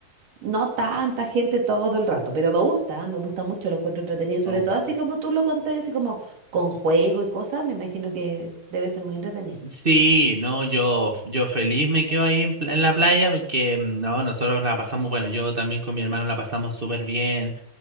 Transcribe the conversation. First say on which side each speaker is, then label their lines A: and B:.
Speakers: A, on the right; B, on the right.
A: no tanta gente todo el rato, pero me gusta, me gusta mucho, lo encuentro entretenido, sobre
B: Oh,
A: todo así como tú lo contás, así como con juego y cosas, me imagino que debe ser muy entretenido.
B: Sí, no, yo, yo feliz me quedo ahí en, pla- en la playa porque mm, no, nosotros la pasamos, bueno, yo también con mi hermano la pasamos súper bien.